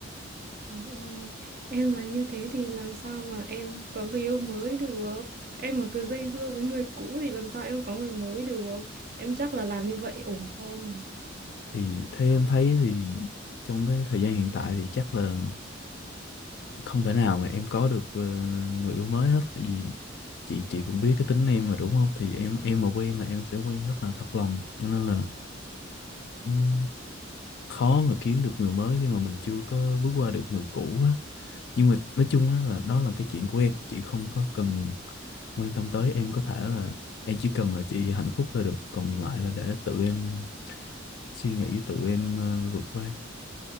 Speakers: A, on the right (about 50°); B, on the left (about 60°).
A: Trời ơi em mà như thế thì làm sao mà em có người yêu mới được em mà cứ dây dưa với người cũ thì làm sao em có người mới được em chắc là làm như vậy ổn không
B: thì theo em thấy thì trong cái thời gian hiện tại thì chắc là không thể nào mà em có được ờ, người yêu mới hết tại vì chị chị cũng biết cái tính em mà đúng không thì em em mà quen là em sẽ quen rất là thật lòng cho nên là ừm, khó mà kiếm được người mới khi mà mình chưa có bước qua được người cũ á nhưng mà nói chung á là đó là cái chuyện của em chị không có cần quan tâm tới em có thể là em chỉ cần là chị hạnh phúc là được còn lại là để tự em suy nghĩ tự em ờ, vượt qua